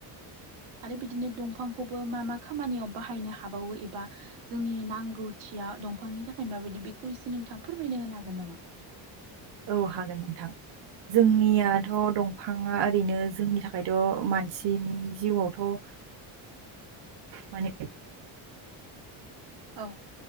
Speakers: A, on the right (about 85°); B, on the right (about 55°).
A: आरो बिदिनो दंफांखौबो मा मा खामानियाव बाहायनो हाबावो एबा जोंनि नांगौथिया दंफांनि थाखाय माबायदि बेखौ एसे नोंथाङा फोरमायना होनो हागोन नामा?
B: औ हागोन नोंथां। जोंनियाथ' दं फाङा ओरैनो जोंनि थाखायथ' मानसिनि जिउआवथ' माने
A: औ।